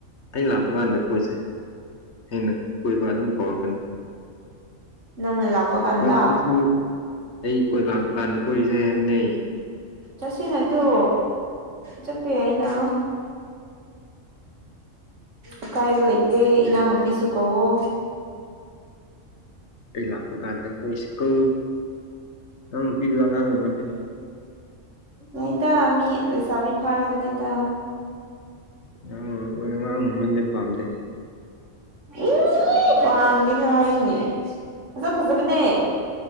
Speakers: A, on the left; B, on the right.
A: ꯑꯩ ꯂꯥꯛꯄ ꯀꯥꯟꯗ ꯀꯣꯏꯁꯦ ꯑꯩꯅ ꯀꯣꯏꯕ ꯑꯗꯨꯝ ꯀꯧꯔꯣ
B: ꯅꯪꯅ ꯂꯥꯛꯄ ꯀꯥꯟꯗ
A: ꯀꯣꯏꯕ ꯆꯠꯁꯤ ꯑꯩ ꯀꯣꯏ ꯂꯥꯛꯄ ꯀꯥꯟꯗ ꯀꯣꯏꯁꯦ ꯍꯥꯏꯝꯅꯦ
B: ꯆꯠꯁꯤꯅꯗꯣ ꯆꯠꯄ ꯌꯥꯏꯅ ꯑꯀꯥꯏꯕ ꯂꯩꯇꯦ ꯏꯅꯥꯎꯅꯨꯄꯤꯁꯨ ꯀꯧꯋꯣ
A: ꯑꯩ ꯂꯥꯛꯄ ꯀꯥꯟꯗ ꯀꯣꯏꯁꯤꯀꯣ ꯅꯅꯥꯎꯅꯨꯄꯤꯗꯨ ꯑꯉꯥꯡ ꯑꯣꯏꯃꯟꯂꯤꯅꯦ
B: ꯑꯣꯏꯗ ꯃꯤ ꯂꯩꯁꯥꯕꯤ ꯐꯔꯕꯅꯤꯗ
A: ꯑꯩ ꯑꯉꯥꯡ ꯑꯣꯏꯃꯟꯂꯦ ꯄꯥꯝꯗꯦ
B: ꯎ ꯄꯥꯝꯗꯦꯒ ꯍꯥꯏꯌꯦꯅꯦ ꯃꯁꯛ ꯐꯖꯕꯅꯦ